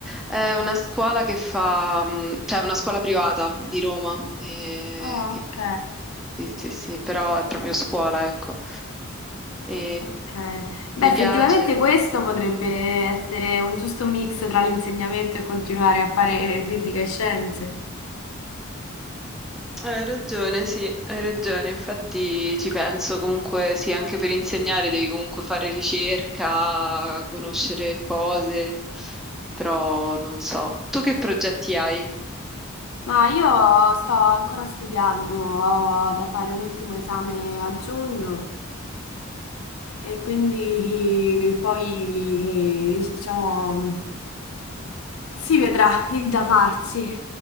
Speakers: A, in the centre; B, on the left (about 80°).
A: È una scuola che fa, mh, cioè è una scuola privata di Roma, eh,
B: Ah,
A: che-
B: ok,
A: sì, sì, sì, però è proprio scuola, ecco. E
B: ok. Beh,
A: mi
B: effettivamente
A: piace.
B: questo potrebbe essere un giusto mix tra l'insegnamento e continuare a fare fisica e scienze.
A: Hai ragione, sì, hai ragione. Infatti ci penso comunque, sì, anche per insegnare devi comunque fare ricerca, conoscere cose, però non so. Tu che progetti hai?
B: Ma io sto ancora studiando, ho da fare un ultimo esame a giugno. E quindi eh, poi, eh, diciamo, si vedrà il da farsi.